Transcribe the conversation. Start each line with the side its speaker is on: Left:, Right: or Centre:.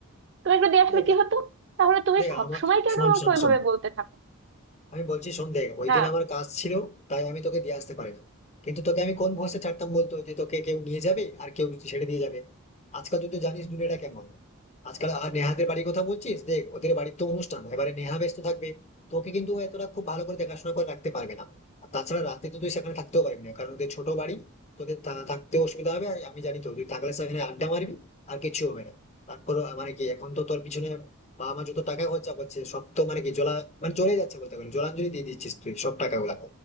Right: তুমি একটু দিয়ে আসলে
Left: দেখ
Right: কি হতো তাহলে তুমি
Left: দেখ
Right: সব
Left: আমার
Right: সময় কেন
Left: শোন
Right: আমাকে
Left: শোন
Right: ওইভাবে
Left: শোন
Right: বলতে থাকো
Left: আমি বলছি শোন দেখ ওই
Right: না
Left: দিন আমার কাজ ছিল তাই আমি তোকে দিয়ে আসতে পারিনি কিন্তু তোকে আমি কোন ভরসা ছাড়তাম বলতো যে তোকে কেউ নিয়ে যাবে আর কেউ ছেড়ে দিয়ে যাবে আজকাল তুই তো জানিস দুনিয়াটা কেমন আজকাল আর নেহাদের বাড়ির কথা বলছিস দেখ ওদের বাড়ির তো অনুষ্ঠান এবারে নেহা ব্যস্ত থাকবে তোকে কিন্তু ও এতটা খুব ভালো করে দেখাশোনা করে রাখতে পারবে না আর তাছাড়া রাতে তো তুই সেখানে থাকতেও পারবি না কারণ ওদের ছোট বাড়ি তোদের থা- থাকতে অসুবিধা হবে আর আমি জানি তো তুই থাকলে সেখানে আড্ডা মারবি আর কিছু হবে না তারপর মানে কি এখন তো তোর পিছনে বা আমার যত টাকা খরচা করছে সব তো মানে কি জলা মানে চলে যাচ্ছে বলতে গেলে জলাঞ্জলি দিয়ে দিচ্ছিস তুই সব টাকাগুলা